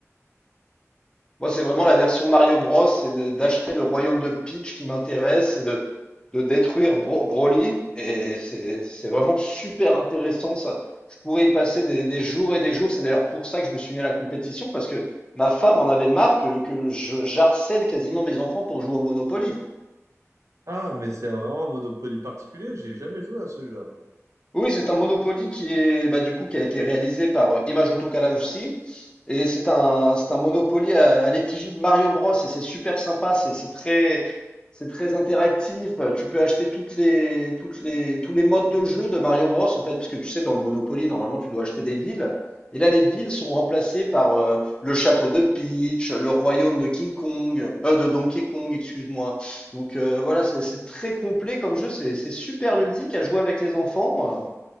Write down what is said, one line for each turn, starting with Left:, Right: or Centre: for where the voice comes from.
Left: Moi, c'est vraiment la version Mario Bros. C'est de- d'acheter le royaume de Peach qui m'intéresse, c'est de, de détruire Bro- Broly. Et c'est, c'est vraiment super intéressant, ça. Je pourrais y passer des, des jours et des jours. C'est d'ailleurs pour ça que je me suis mis à la compétition, parce que ma femme en avait marre que, que je, j'harcèle quasiment mes enfants pour jouer au Monopoly.
Right: Ah, mais c'est vraiment un Monopoly particulier. J'ai jamais joué à celui-là.
Left: Oui, c'est un Monopoly qui est bah, du coup qui a été réalisé par euh, Image Autocalat aussi. Et c'est un c'est un Monopoly à, à l'effigie de Mario Bros. Et c'est super sympa, c'est c'est très c'est très interactif. Euh, Tu peux acheter toutes les toutes les tous les modes de jeu de Mario Bros. en fait, parce que tu sais dans le Monopoly normalement tu dois acheter des villes. Et là les villes sont remplacées par euh, le château de Peach, le royaume de King Kong, euh, de Donkey Kong, excuse-moi. Donc euh, voilà, c'est c'est très complet comme jeu, c'est c'est super ludique à jouer avec les enfants.